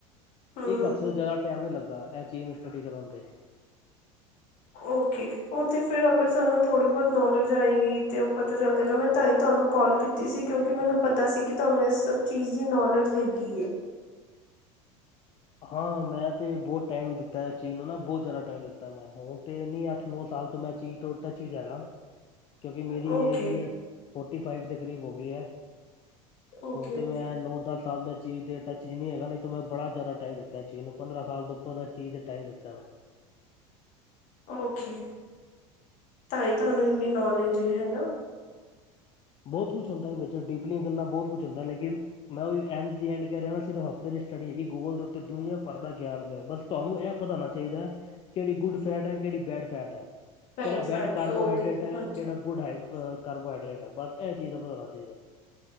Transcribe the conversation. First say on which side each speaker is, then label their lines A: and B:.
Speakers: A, on the left; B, on the left.
A: ਹਮ
B: ਇੱਕ ਹਫ਼ਤੇ ਤੋਂ ਜਾਦਾ ਟਾਈਮ ਨੀ ਲੱਗਦਾ ਇਹ ਚੀਜ਼ ਨੂੰ ਸਟੱਡੀ ਕਰਨ ਤੇ।
A: ਓਕੇ ਉਹ ਤੇ ਫੇਰ ਅਗਰ ਸਾਨੂੰ ਥੋੜੀ ਬਹੁਤ ਨੌਲੇਜ ਆਏਗੀ ਤੇ ਉਹ ਪਤਾ ਚੱਲ ਜਾਏਗਾ ਮੈਂ ਤਾਂ ਹੀ ਤੁਹਾਨੂੰ ਕੋਲ ਕੀਤੀ ਸੀ ਕਿਉਂਕਿ ਮੈਨੂੰ ਪਤਾ ਸੀ ਕਿ ਤੁਹਾਨੂੰ ਇਸ ਸਭ ਚੀਜ਼ ਦੀ ਨੌਲੇਜ ਹੈਗੀ ਹੈ।
B: ਹਾਂ ਮੈਂ ਤੇ ਬਹੁਤ ਟਾਈਮ ਦਿੱ ਤਾਂ ਚੀਜ਼ ਨੂੰ ਨਾ ਬਹੁਤ ਜਾਦਾ ਟਾਈਮ ਦਿੱਤਾ ਮੈਂ ਹੁਣ ਤੇ ਨੀ ਅੱਠ, ਨੌ ਸਾਲ ਤੋਂ ਮੈਂ ਚੀਜ਼ ਤੋਂ ਟੱਚ ਵਿਚ ਹੈਗਾ।
A: <inaudible>
B: ਕਿਉਂਕਿ ਮੇਰੀ
A: ਓਕੇ
B: ਏਜ ਵੀ ਫੋਟੀ ਫਾਈਵ ਦੇ ਕਰੀਬ ਹੋ ਗਈ ਹੈ।
A: ਓਕੇ
B: ਹੁਣ ਤੇ
A: ਓਕੇ
B: ਮੈਂ ਨੋ ਦਸ ਸਾਲ ਦੇ ਚੀਜ਼ ਦੇ ਟੱਚ ਚ ਨੀ ਹੈਗਾ ਨ ਮੈਂ ਬੜਾ ਜ਼ਿਆਦਾ ਟਾਈਮ ਦਿੱਤਾ ਚੀਜ਼ ਨੂੰ ਪੰਦਰਾਂ ਸਾਲ ਤੋਂ ਉੱਪਰ ਦਾ ਚੀਜ਼ ਤੇ ਟਾਈਮ ਦਿੱਤਾ ਮੈਂ।
A: ਓਕੇ ਤਾਂ ਹੀ ਤੁਹਾਨੂੰ ਇੰਨੀ ਨੌਲੇਜ ਏ ਹਨਾ।
B: ਬਹੁਤ ਕੁਛ ਹੁੰਦਾ ਵਿੱਚ ਡੀਪਲੀਆਂ ਗੱਲਾਂ ਬਹੁਤ ਕੁੱਛ ਹੁੰਦਾ ਲੇਕਿਨ ਮੈ ਓਇ ਐਂਡ ਦੀ ਐਂਡ ਕਹਿ ਰੇਆ ਨਾ ਸਿਰਫ ਹਫ਼ਤੇ ਦੀ ਸਟੱਡੀ ਹੀ ਗੋਲ ਦੇ ਉੱਤੇ ਦੁਨੀਆ ਭਰ ਦਾ ਗਿਆਨ ਪਿਆ ਬਸ ਤੁਆਨੂੰ ਇਹ ਪਤਾ ਹੋਣਾ ਚਾਹੀਦਾ ਕੇੜੀ ਗੁੱਡ ਫੈਟ ਐ? ਕੇੜੀ ਬੈਡ ਫੈਟ ਐ?
A: bad
B: ਕਿਹੜਾ
A: fat
B: bad carbohydrate
A: okay
B: ਐ
A: ਹਾਂਜੀ
B: ਕਿਹੜਾ ਗੁੱਡ ਹਾਈ ਅ ਕਾਰਬੋਹਾਈਡਰੇਟ ਐ ਬਸ ਐ ਚੀਜ਼ ਦਾ ਪਤਾ ਹੋਣਾ ਚਾਹੀਦਾ।